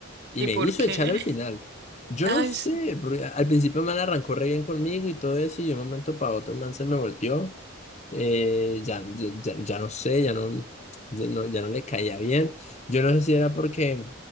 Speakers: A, on the left; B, on the right.
A: y
B: ¿Y
A: me
B: por
A: hizo
B: qué?
A: echar al
B: <laughs>
A: final. Yo
B: Ay,
A: no sé,
B: sí.
A: porque al principio el man arrancó re bien conmigo y todo eso, y de un momento para otro el man se me volteó. Eh, ya, ya, ya- ya no sé, ya no, ya no, ya no le caía bien. Yo no sé si era porque